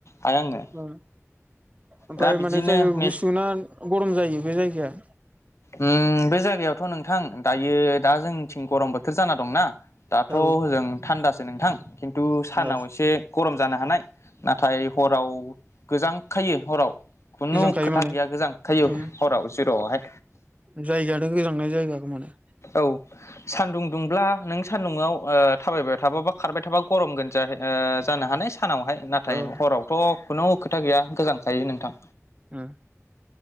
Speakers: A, on the left; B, on the right.
A: हाया आङो
B: औ ओमफाय
A: दा बिदिनो
B: माने जायगा
A: मे
B: गुसु ना गरम जायो बे जायगाया
A: उम बे जायगायावथ' नोंथां दायो दा जोंनिथिं गरम बोथोर जाना दंना दाथ'
B: औ ओ
A: हजों थान्दासो नोंथां खिन्थु सानाव
B: औ
A: एसे गरम जानो हानाय, नाथाय हराव गोजांखायो हराव खुनु
B: गोजांखायो
A: खोथा
B: माने
A: गैया गोजांखायो
B: ओ
A: हराव जिर'आवहाय
B: जायगायानो गोजांनाय जायगा माने
A: औ सान्दुं दुंब्ला नों सान्दुंआव ओ थाबायबाय थाबा बा खारबाय थाबा गरमगोन जाहै ओ जानो हानाय सानावहाय नाथाय
B: औ
A: हरावथ' खुनु खोथा गैया गोजांखायो नोंथां।
B: ओ